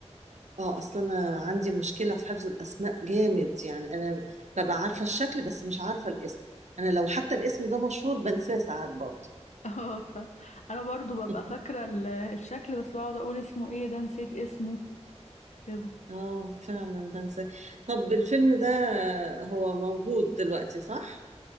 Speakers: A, on the right; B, on the left.
A: اه اصل انا عندي مشكله في حفظ الاسماء جامد يعني انا ببقى عارفه الشكل بس مش عارفه الاسم انا لو حتى الاسم ده مشهور بنساه ساعات برضه
B: <laughs> اه ف... انا برضو ببقى
A: <laughs>
B: فاكره ال- الشكل بس بقعد اقول اسمه ايه ده نسيت اسمه كده
A: اه فعلا بنساه طب الفيلم ده هو موجود دلوقتي صح